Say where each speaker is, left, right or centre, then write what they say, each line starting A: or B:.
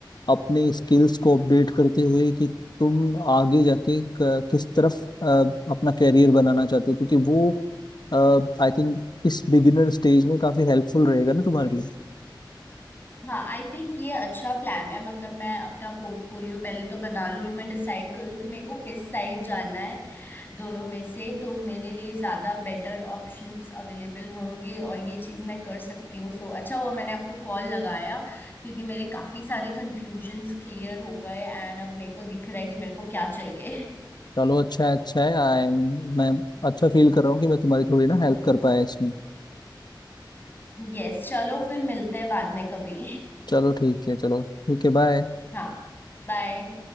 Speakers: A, on the left; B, on the left.
A: अपने स्किल्स को अपडेट करते हुए कि तुम आगे जाके क- किस तरफ अ, अपना कैरियर बनाना चाहते हो क्योंकि वो आई थिंक इस बिगिनर स्टेज में काफी हेल्पफुल रहेगा ना तुम्हारे लिए
B: हाँ आई थिंक ये अच्छा प्लान है मतलब मैं अपना पोर्टफोलियो पहले तो बना लूँ और मैं डिसाइड कर लूँ कि मेरे को किस साइड जाना है दोनों में से तो मेरे लिए ज्यादा बेटर ऑप्शंस अवेलेबल होंगे और ये चीज मैं कर सकती हूँ सो अच्छा हुआ मैंने आपको कॉल लगाया क्योंकि मेरे काफी सारे कंफ्यूजन्स क्लियर हो गए एंड अब मेरे को दिख रहा है कि मेरे को क्या चाहिए <laughs>
A: चलो अच्छा है अच्छा है आई एम मैं अच्छा फील कर रहा हूँ कि मैं तुम्हारी थोड़ी ना हेल्प कर पाया इसमें
B: यस चलो फिर मिलते हैं बाद में कभी
A: चलो ठीक है चलो ठीक है बाय
B: <laughs> हाँ बाय